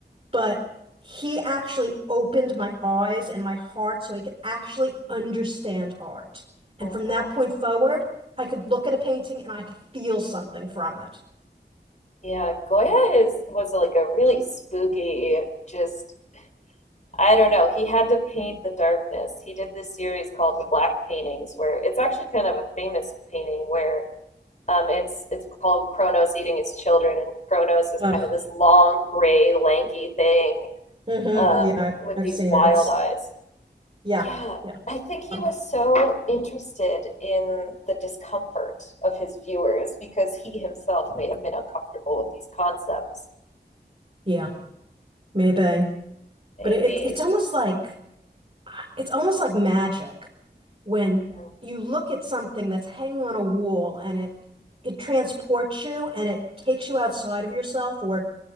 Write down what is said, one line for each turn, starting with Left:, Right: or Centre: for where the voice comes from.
Right: but he actually opened my eyes and my heart so I could actually understand art. And
Left: mhm.
Right: from that point forward, I could look at a painting and I could feel something from it.
Left: Yeah, Goya is was like a really spooky, just I don't know. He had to paint the darkness. He did this series called the Black Paintings, where it's actually kind of a famous painting where um, it's it's called Kronos eating his children, and Kronos is
Right: Oh,
Left: kind of this long, gray, lanky thing
Right: hmm
Left: um,
Right: Yeah, I-
Left: with
Right: I've
Left: these
Right: seen
Left: wild
Right: it. It's
Left: eyes.
Right: yeah,
Left: Yeah,
Right: yeah,
Left: I think he
Right: um,
Left: was so interested in the discomfort of his viewers because he himself may have been uncomfortable with these concepts.
Right: yeah, maybe.
Left: Maybe.
Right: But it, it's almost like It's almost like magic when
Left: Mhm.
Right: you look at something that's hanging on a wall and it it transports you and it takes you outside of yourself or